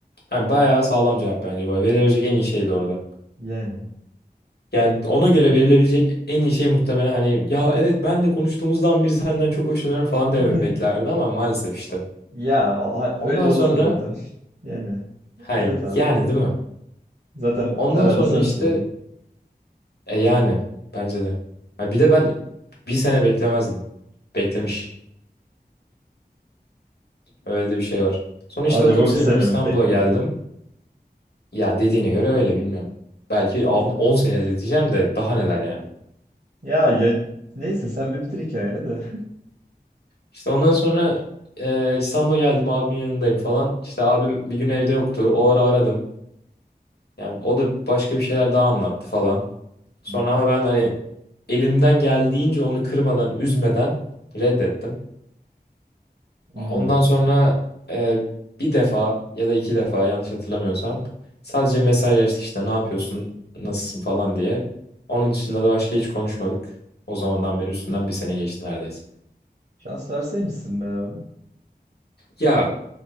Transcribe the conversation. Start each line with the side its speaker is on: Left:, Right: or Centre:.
Left: Hani bayağı sağlam cevap bence. Böyle verilebilecek en iyi şeydi orada.
Right: Yani.
Left: Yani ona göre verilebilecek en iyi şey muhtemelen hani ya evet ben de konuştuğumuzdan beri senden çok hoşlanıyorum falan dememi
Right: <laughs>
Left: beklerdi ama maalesef işte.
Right: Ya a-
Left: Ondan
Right: öyle olsa
Left: sonra
Right: zaten. <laughs> Yani.
Left: ha
Right: Evet abi.
Left: yani değil mi?
Right: Zaten
Left: Ondan
Right: herhalde
Left: sonra
Right: sen açılırdın.
Left: işte e yani bence de. Ha, bir de ben bir sene beklemezdim. Beklemiş. Öyle de bir şey var. Sonra
Right: Acaba
Left: işte otobüse
Right: bir sene
Left: bindim İstanbul'a
Right: mi bekledi?
Left: geldim. Ya dediğine göre öyle bilmiyorum. Belki 10
Right: Ne-
Left: senede diyeceğim de daha neler yani.
Right: Ya ya neyse sen bir bitir hikayeni de.
Left: İşte ondan sonra e, İstanbul'a geldim abimin yanındayım falan. İşte abim bir gün evde yoktu. O ara aradım. Yani o da başka bir şeyler daha anlattı falan. Sonra
Right: <laughs> Hı hı.
Left: ama ben hani elimden geldiğince onu kırmadan, üzmeden reddettim.
Right: Hmm.
Left: Ondan sonra e, bir defa ya da iki defa yanlış hatırlamıyorsam sadece mesajlaştık işte ne yapıyorsun, nasılsın falan diye. Onun dışında da başka hiç konuşmadık. O zamandan beri üstünden bir sene geçti neredeyse.
Right: Şans verseymişsin be abi.
Left: Ya